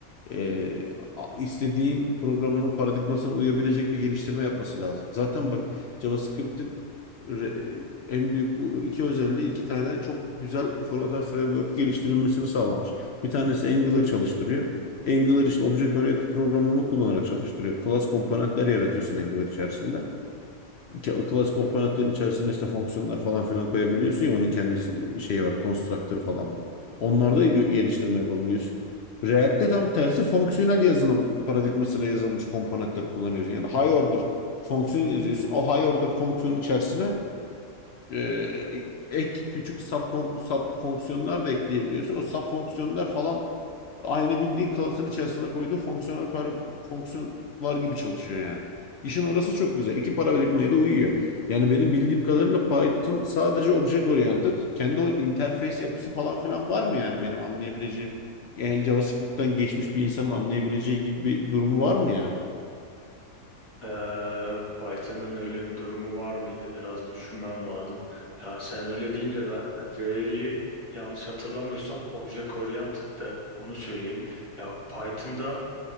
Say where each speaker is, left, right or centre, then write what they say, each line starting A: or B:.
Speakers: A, on the left; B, on the left.
A: e, a- istediğin programlama paradigmasına uyabilecek bir geliştirme yapması lazım. Zaten bak JavaScript'in re- e, en büyük bu iki özelliği iki tane çok güzel frontend framework geliştirilmesini sağlamış. Bir tanesi Angular çalıştırıyor. Angular işte object oriented programlama kullanarak çalıştırıyor. Class komponentler yaratıyorsun Angular içerisinde. Ke- Class komponentlerin içerisinde işte fonksiyonlar falan filan koyabiliyorsun ya onun kendi şeyi var, constructor falan var. Onlarda gö- geliştirme yapabiliyorsun. React'te tam tersi fonksiyonel yazılım paradigmasıyla yazılmış komponentler kullanıyorsun. Yani high order fonksiyon yazıyorsun. O high order fonksiyonun içerisine e, ek küçük sub, kon- sub fonksiyonlar da ekleyebiliyorsun. O sub fonksiyonlar falan Aynı bildiğin kalasın içerisine koyduğu fonksiyonel par fonksiyonlar gibi çalışıyor yani. İşin orası çok güzel. İki paradigmaya da uyuyor. Yani benim bildiğim kadarıyla Python sadece object oriented. Kendi o interface yapısı falan filan var mı yani benim anlayabileceğim? Yani JavaScript'ten geçmiş bir insanın anlayabileceği gibi bir durumu var mı yani?
B: Ee, Python'ın öyle bir durumu var mıydı? Biraz düşünmem lazım. Ya sen öyle deyince ben R'yi yanlış hatırlamıyorsam Object Oriented'dı. Onu söyleyeyim. Ya Python'da